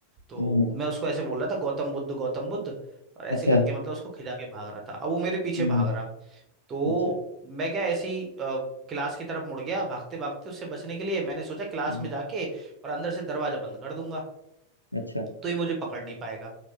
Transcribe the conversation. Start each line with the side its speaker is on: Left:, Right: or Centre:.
Right: तो
Left: हम्म,
Right: मैं उसको ऐसे बोल रहा था गौतम बुद्ध गौतम बुद्ध और ऐसे
Left: अच्छा
Right: करके मतलब उसको खिजा के भाग रहा था अब वो मेरे पीछे
Left: हम्म
Right: भाग रहा तो
Left: अच्छा
Right: मैं क्या ऐसे ही अ, क्लास की तरफ मुड़ गया भागते भागते उससे बचने के लिए मैंने सोचा क्लास
Left: हम्म
Right: में जाके और अंदर से दरवाजा बंद कर दूंगा
Left: अच्छा
Right: तो ये मुझे पकड़ नहीं पाएगा